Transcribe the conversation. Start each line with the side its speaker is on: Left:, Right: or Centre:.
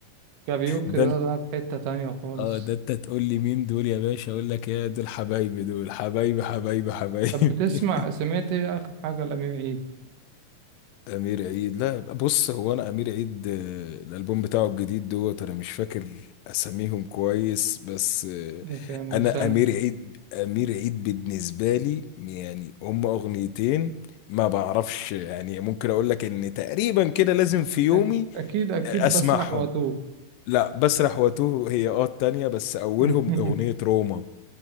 Right: كاريوكي
Left: ده
Right: ده
Left: انت
Right: ده في حتة تانية خالص
Left: اه ده انت تقول لي مين دول يا باشا اقول لك يا دول حبايبي دول حبايبي حبايبي حبايبي
Right: طب بتسمع
Left: <laughs>
Right: سمعت إيه آخر حاجة لأمير عيد
Left: امير عيد لا بص هو انا امير عيد آه، الالبوم بتاعه الجديد دوت انا مش فاكر اساميهم كويس بس آه،
Right: يعني من
Left: انا
Right: سنة
Left: امير عيد امير عيد بالنسبه لي يعني هما اغنيتين ما بعرفش يعني ممكن اقول لك ان تقريبا كده لازم في يومي
Right: أك- أكيد أكيد
Left: آه، اسمعهم
Right: بسرح وأتوه
Left: لا بسرح واتوه هي اه التانية بس اولهم
Right: <laughs>
Left: اغنيه روما